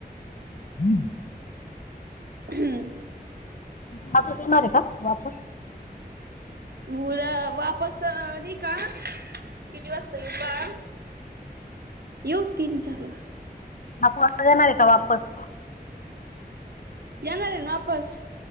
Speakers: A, on the left; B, on the right.
A: हम,
B: हम्म,
A: खात येणार आहे का वापस.
B: मुलं वापस नि का. किती वाजता येउ पहा येऊ तीन चार ला.
A: आकु वाचता येणारंय का वापस.
B: येणार आहे ना वापस